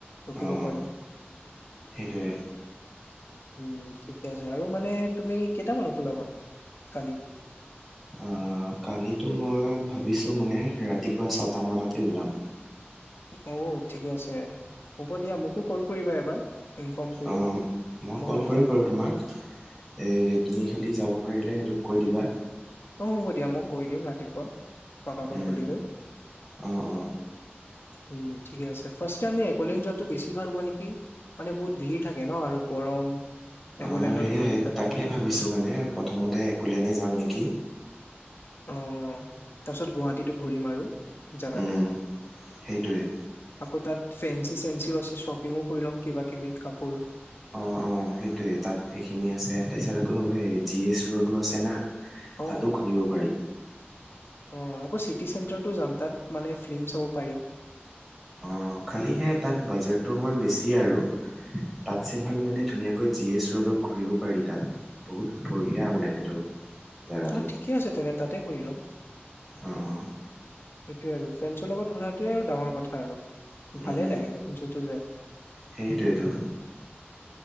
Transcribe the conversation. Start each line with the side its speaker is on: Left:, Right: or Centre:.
Left: ৰখিব
Centre: অ'
Left: পাৰোঁ,
Centre: সেইটোৱে।
Left: উম ঠিকে আছে। আৰু মানে তুমি কেইটামানত ওলাবা? কালি
Centre: অহ কালিতো মই ভাবিছোঁ মানে ৰাতিপুৱা ছটামানতে ওলাম।
Left: অউ ঠিকে আছে। হ'ব দিয়া মোকো কল কৰিবা এবাৰ ইনফৰ্ম কৰিবা
Centre: উমম, অ মই
Left: ময়ো
Centre: কল
Left: আহি
Centre: কৰিম
Left: যাম
Centre: বাৰু তোমাক। এই তুমি খালি যাব পাৰিলেহে তোক কৈ দিবা।
Left: অ হ'ব দিয়া মই কৰি দিম ৰাতিপুৱা। পাপা পা
Centre: উম
Left: সুধিলৈ।
Centre: অ অ
Left: উম ঠিকে আছে। ফাৰ্ষ্ট টাইম আমি একোলিয়েন যোৱাটো বেছি ভাল হ'ব নেকি, মানে বহুত ভিৰ থাকে ন' আৰু গৰম একলেণ্ডত
Centre: অ সেয়াই
Left: ঘূৰি পেলাই
Centre: তাকে ভাবিছোঁ মানে প্ৰথমতে একোলেনে যাম নেকি।
Left: অ তাৰপিছত গুৱাহাটীতো ঘূৰিম আৰু। জাগাটো,
Centre: উম সেইটোৱে
Left: আকৌ তাত ফ্ৰেঞ্চি চেঞ্চিও আছে শ্বপিঙো কৰি ল'ম কিবা কিবি কাপোৰ।
Centre: অ অ সেইটোৱে তাত সেইখিনি আছে। তাৰপিছত আকৌ সেই জি এচ ৰোডো আছে না।
Left: অ'
Centre: তাতো
Left: অ'
Centre: ঘূৰিব পাৰি।
Left: অ আকৌ চিটি চেণ্টাৰটো যাম তাত মানে ফিল্ম চাব পাৰি।
Centre: অঁ খালিহে তাত বাজেটটো অকণমান বেছি আৰু, তাতছে ভাল মানে ধুনীয়াকৈ জি এছ ৰ'ডত ঘূৰিব পাৰি তাত, বহুত বঢ়িয়া মানে সেইটো জেগাটো
Left: অ ঠিকে আছে তেনে তাতে কৰি লম।
Centre: অঁ অ।
Left: সেইটোৱে আৰু ফ্ৰেণ্ডছৰ লগত ঘূৰাটোৱে আৰু ডাঙৰ কথা আৰু।
Centre: উম
Left: ভালেই লাগে যটো যায়।
Centre: সেইটোৱেতো